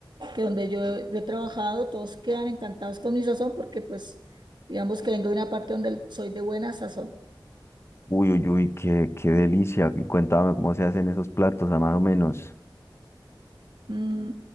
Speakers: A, on the right (about 60°); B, on the left (about 30°).
A: que donde yo, yo he trabajado, todos quedan encantados con mi sazón porque pues digamos que vengo de una parte donde soy de buena sazón.
B: Uy, uy, uy, qué, qué delicia. Y cuéntame cómo se hacen esos platos, a más o menos.
A: Mm,